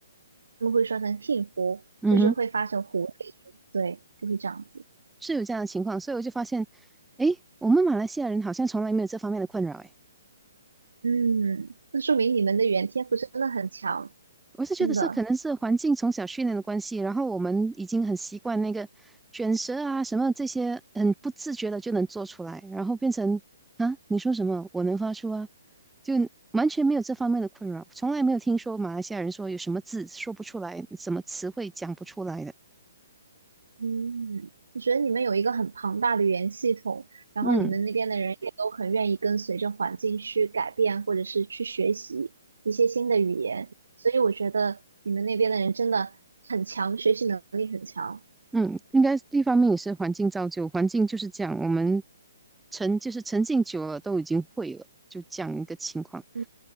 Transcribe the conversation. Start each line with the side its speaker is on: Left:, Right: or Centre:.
Right: 他们会说成听胡，
Centre: 嗯哼，
Right: 就是会发成胡对，就会这样子。
Centre: 是有这样的情况，所以我就发现，诶，我们马来西亚人好像从来没有这方面的困扰。诶。
Right: 嗯，那说明你们的语言天赋真的很强，
Centre: 我是觉得是可能是环境从小训练的关系，
Right: 真的。
Centre: 然后我们已经很习惯那个卷舌啊什么这些，很不自觉的就能做出来，然后变成啊你说什么我能发出啊，就完全没有这方面的困扰，从来没有听说马来西亚人说有什么字说不出来，什么词汇讲不出来的。
Right: 嗯，我觉得你们有一个很庞大的语言系统，然后你们那边的人也都很愿意跟随着环境去改变，
Centre: 嗯
Right: 或者是去学习一些新的语言，所以我觉得你们那边的人真的很强，学习能力很强。
Centre: 嗯，应该一方面也是环境造就，环境就是这样，我们沉就是沉浸久了都已经会了，就这样一个情况。
Right: 嗯，